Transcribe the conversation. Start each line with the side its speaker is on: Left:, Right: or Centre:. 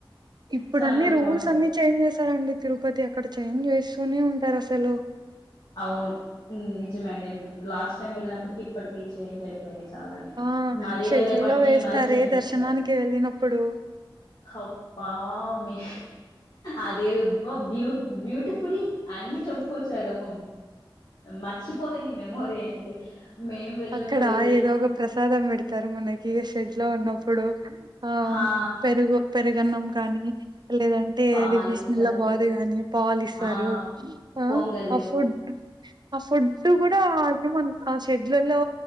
Right: ఇప్పుడు
Left: చానా
Right: అన్ని
Left: బాగుంటది
Right: రూల్స్ అన్ని చేంజ్ చేసారండి తిరుపతి అక్కడ చేంజ్ చేస్తూనే ఉంటారు అసలు
Left: అవును నిజమే అండి లాస్ట్ టైం వెళ్ళినప్పటికి ఇప్పటికిీ చేంజ్ అయిపోయింది నిజంగా అలాగే
Right: ఆ
Left: మరీ
Right: షెడ్లలో
Left: వెళ్ళేపాటికి
Right: వేస్తారే
Left: మరీ చేంజ్ చేస్తరు
Right: దర్శనానికి వెళ్ళినప్పుడు
Left: అబ్బా మీ అది అబ్బ బ్బ్యూటిఫుల్ అన్ని చెప్పుకోవచ్చు అది ఒక మర్చిపోలేని మెమోరీ అండి మేము వెళ్ళినప్పుడైతే
Right: అక్కడ ఏదో ఒక ప్రసాదం పెడతారు మనకి షెడ్ లో ఉన్నప్పుడు ఆ
Left: హా
Right: పెరుగు పెరుగన్నం కానీ లేదంటే
Left: పాలిస్తారు
Right: అది బీస్మిల్ల బాదు గాని పాలు ఇస్తారు
Left: ఆ
Right: ఆ
Left: పొంగలు
Right: ఆ ఫుడ్ ఆ ఫుడ్ గుడా అదేమో అసెడ్ ఇడ్లలో